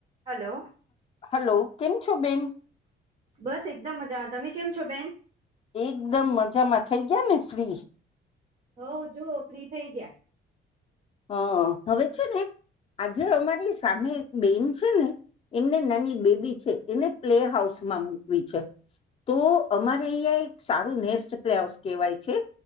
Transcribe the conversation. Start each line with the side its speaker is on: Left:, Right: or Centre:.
Right: Hello
Left: હ hello, કેમ છો બેન?
Right: બસ એકદમ મજામાં. તમે કેમ છો બેન?
Left: એકદમ મજામાં થઈ ગયા ને ફ્રી?
Right: હોઉ જો ફ્રી થઈ ગ્યા.
Left: હં હવે છે ને આજે અમારી સામે એક બેન છે ને એમને નાની બેબી છે, એને પ્લે હાઉસમાં મૂકવી છે. તો અમારે અઈયા એક સારું નેસ્ટ પ્લેઆઉસ કહેવાય છે.